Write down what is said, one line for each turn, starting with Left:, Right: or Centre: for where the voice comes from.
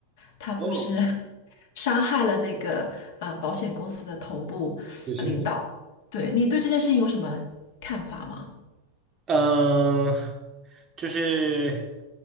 Left: 他不是
Right: 哦，
Left: <laughs> 杀害了那个呃保险公司的头部呃领导嘛？
Right: 是是，
Left: 对你对这件事情有什么看法吗？
Right: 嗯，就是